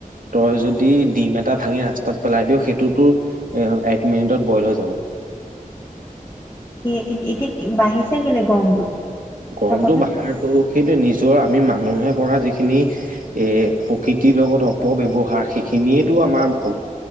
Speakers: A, on the right; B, on the left.
A: তই যদি ডিম এটা ভাঙি ৰাস্তাত পেলাই দিও সেইটো তোৰ এ এক মিনিটত বইল হৈ যাব।
B: সিয়ে এতিয়া বাঢ়িছে কেলে গৰমটো?
A: গৰমটো
B: তই কচোন
A: বাহাৰতো সেইটোয়ে নিজৰ আমি মানুহে কৰা যিখিনি- এ প্ৰকৃতিৰ লগত অপব্যৱহাৰ সেইখিনিয়েটো আমাৰ অ ক